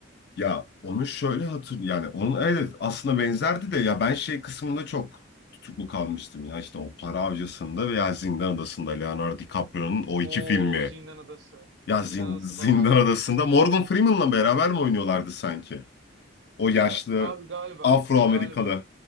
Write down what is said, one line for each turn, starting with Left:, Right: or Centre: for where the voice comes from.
Left: Ya onu şöyle hatır yani onun evet aslında benzerdi de ya ben şey kısmında çok tutuklu kalmıştım ya işte o Para Avcısı'nda veya Zindan Adası'nda Leonardo DiCaprio'nun o
Right: Oo
Left: iki filmi.
Right: Zindan Adası.
Left: Ya
Right: Zindan
Left: Zin-
Right: Adası
Left: Zindan
Right: bambaşka.
Left: Adası'nda Morgan Freeman'la beraber mi oynuyorlardı sanki? O yaşlı
Right: Ya, abi galiba,
Left: Afro-Amerikalı.
Right: galiba,